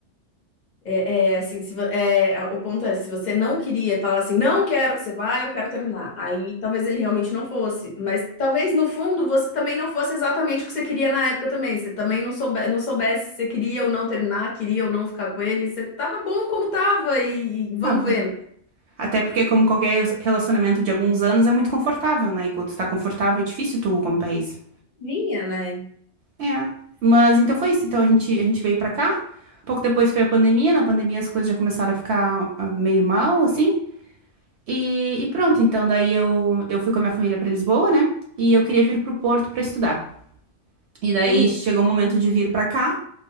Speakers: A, on the left; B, on the right.
A: É, é, assim, se, vo- é, a- o ponto é, se você não queria falar assim, não quero que você vá, eu quero terminar. Aí talvez ele realmente não fosse. Mas talvez no fundo você também não fosse exatamente o que você queria na época também. Você também não soube, não soubesse se você queria ou não terminar, queria ou não ficar com ele. Você tava bom como tava e, e vamos
B: Tava.
A: ver. né?
B: Até porque como qualquer relacionamento de alguns anos é muito confortável, né? E quando está confortável é difícil tu romper isso.
A: Vinha, né?
B: É, mas então foi isso. Então a gente, a gente veio pra cá. Pouco depois foi a pandemia. Na pandemia as coisas já começaram a ficar ah, meio mal, assim. E, e pronto, então daí eu, eu fui com a minha família pra Lisboa, né? E eu queria vir pro Porto pra estudar. E daí
A: Uhum.
B: chegou o momento de vir pra cá.